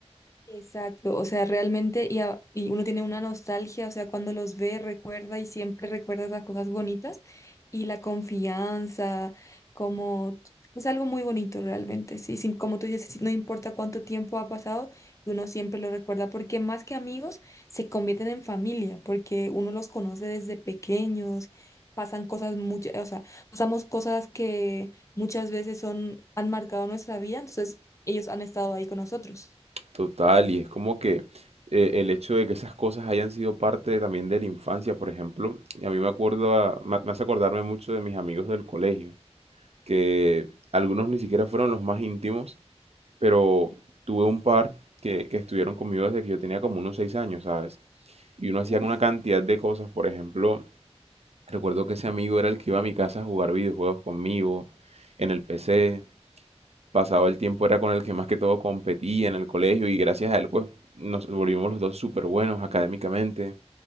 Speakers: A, on the left (about 25°); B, on the right (about 70°).
A: Exacto, o sea, realmente, y, a- y uno tiene una nostalgia, o sea, cuando los ve, recuerda y siempre recuerda esas cosas bonitas y la confianza, como, es algo muy bonito realmente, sí, sí, como tú dices, sí, no importa cuánto tiempo ha pasado, uno siempre lo recuerda, porque más que amigos, se convierten en familia, porque uno los conoce desde pequeños, pasan cosas muchas, o sea, pasamos cosas que muchas veces son, han marcado nuestra vida, entonces ellos han estado ahí con nosotros.
B: Total, y es como que eh, el hecho de que esas cosas hayan sido parte también de la infancia, por ejemplo, y a mí me acuerdo, a- me me hace acordarme mucho de mis amigos del colegio, que algunos ni siquiera fueron los más íntimos, pero tuve un par que, que estuvieron conmigo desde que yo tenía como unos seis años, ¿sabes? Y uno hacía
A: Uf.
B: una cantidad de cosas, por ejemplo, recuerdo que ese amigo era el que iba a mi casa a jugar videojuegos conmigo en el PC, pasaba el tiempo era con el que más que todo competía en el colegio y gracias a él pues nos volvimos los dos súper buenos académicamente.